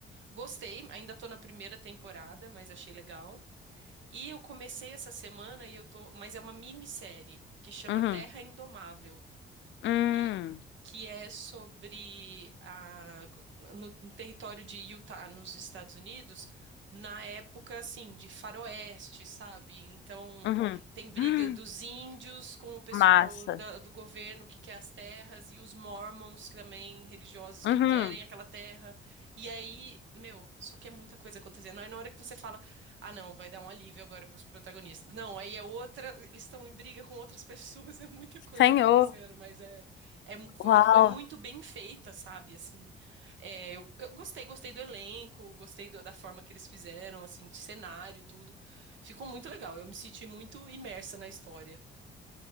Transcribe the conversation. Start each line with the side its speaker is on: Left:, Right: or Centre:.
Right: Gostei, ainda tô na primeira temporada, mas achei legal. E eu comecei essa semana e eu tô, mas é uma minissérie que chama
Left: Uhum.
Right: Terra Indomável
Left: Hum.
Right: e que é sobre a, no, no território de Utah, nos Estados Unidos, na época assim de faroeste, sabe? Então
Left: Uhum.
Right: tem briga
Left: Hum.
Right: dos índios com o pessoal
Left: Massa.
Right: da- do governo que quer as terras e os mormons que também religiosos que
Left: Uhum.
Right: querem aquela terra. E aí, meu, só que é muita coisa acontecendo. Aí na hora que você fala, ah, não, vai dar um alívio agora para os protagonistas. Não, aí é outra, eles estão em briga com outras pessoas, <laughs> é muita coisa
Left: Senhor.
Right: acontecendo, mas é é mu- foi-
Left: Uau.
Right: e foi muito bem feita, sabe? Assim, é, eu, eu gostei, gostei do elenco, gostei do- da forma que eles fizeram, assim, de cenário, tudo. Ficou muito legal. Eu me senti muito imersa na história.